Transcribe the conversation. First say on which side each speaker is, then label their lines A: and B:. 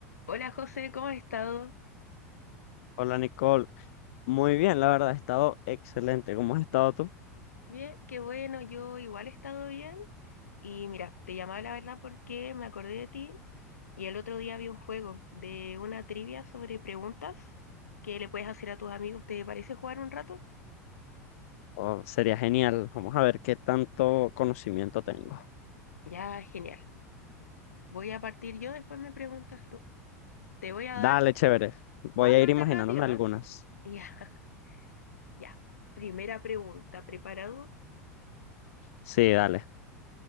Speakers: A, on the left; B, on the left.
A: Hola José, ¿cómo has estado?
B: Hola Nicole, muy bien, la verdad, ha estado excelente. ¿Cómo has estado tú?
A: Bien, qué bueno, yo igual he estado bien. Y mira, te llamaba la verdad porque me acordé de ti y el otro día vi un juego de una trivia sobre preguntas que le puedes hacer a tus amigos. ¿Te parece jugar un rato?
B: Oh, sería genial. Vamos a ver qué tanto conocimiento tengo.
A: Ya, genial. Voy a partir yo, después me preguntas tú. Te voy a
B: Dale,
A: dar
B: chévere. Voy
A: cuatro
B: a ir
A: alternativas.
B: imaginándome algunas.
A: Ya, <laughs> ya. Primera pregunta, ¿preparado?
B: Sí, dale.